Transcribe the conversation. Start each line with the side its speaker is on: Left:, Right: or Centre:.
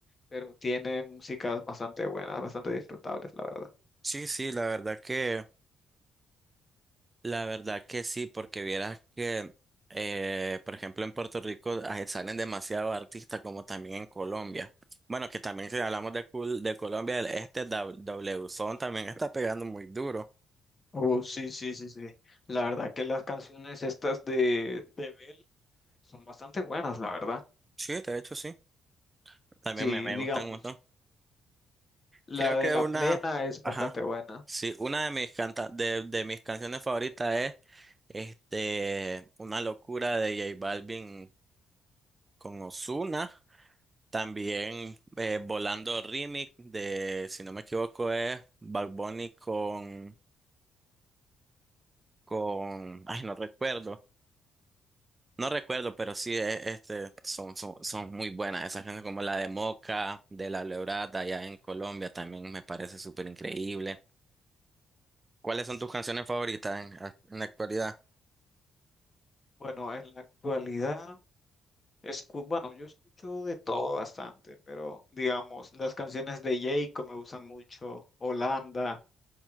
Left: pero tiene músicas bastante buenas, bastante disfrutables, la verdad.
Right: Sí, sí, la verdad que, la verdad que sí, porque vieras que, eh, por ejemplo, en Puerto Rico ah, salen demasiados artistas, como también en Colombia. Bueno, que también si hablamos de, cul- de Colombia, el- este W W Son también está pegando muy duro.
Left: Oh, sí, sí, sí, sí. La verdad que las canciones estas de, de Bell son bastante buenas, la verdad.
Right: Sí, de hecho sí, también
Left: Sí,
Right: me, me
Left: digamos.
Right: gustan un montón.
Left: La
Right: Creo que
Left: de La
Right: una,
Left: Plena es bastante
Right: ajá,
Left: buena.
Right: sí, una de mis canta de, de mis canciones favoritas es, este, Una locura de J Balvin con Ozuna. También eh, Volando Remix de, si no me equivoco, es Bad Bunny con, con, ay, no recuerdo, no recuerdo, pero sí, es- este, son, son, son muy buenas esas canciones como la de Moca, de La Lebrada, allá en Colombia, también me parece súper increíble. ¿Cuáles son tus canciones favoritas en, en la actualidad?
Left: Bueno, en la actualidad, escu- bueno, yo escucho de todo bastante, pero digamos, las canciones de Jayco me gustan mucho, Holanda,